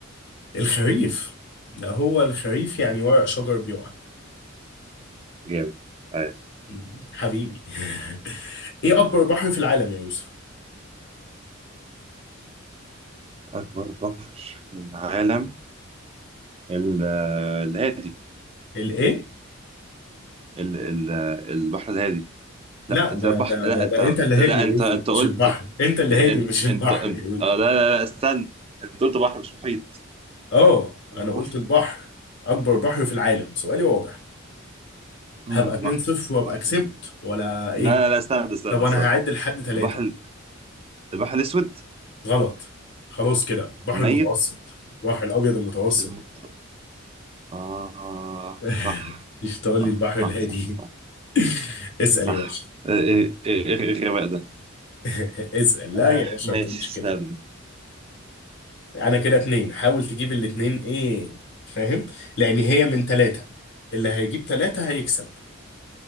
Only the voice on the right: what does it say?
جامد عايز
أكبر بحر في العالم ال- الهادي
ال- ال- البحر الهادي لا
انت
بحر
لا
انت
لا
انت
انت
قلت
ان- ان-
انت انت
آه لا لا لا استنى انت قلت بحر مش محيط
لا
بحر
امم
بحر
بحر
ال-
لا لا لا استنى استنى
استنى
البحر ال- البحر الاسود
الميت
المط اه
صح
صح
صح
صح صح
صح
ايه ايه إيه إيه الغباء ده
آه
ماشي
استنى